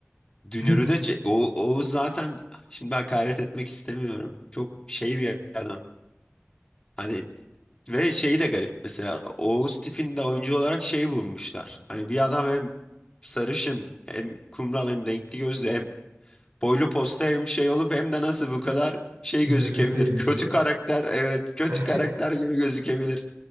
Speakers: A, on the left; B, on the right.
A: Dünürü
B: <laughs>
A: de ç- o, o zaten şimdi hakaret etmek istemiyorum. Çok şey bir adam. Hani Ve şeyi de garip mesela Oğuz tipinde oyuncu olarak şeyi bulmuşlar. Hani bir adam hem sarışın hem kumral hem renkli gözlü hem boylu posta hem şey olup hem de nasıl bu kadar şey
B: İrrite
A: gözükebilir.
B: edici.
A: Kötü karakter evet kötü
B: <laughs>
A: karakter gibi gözükebilir.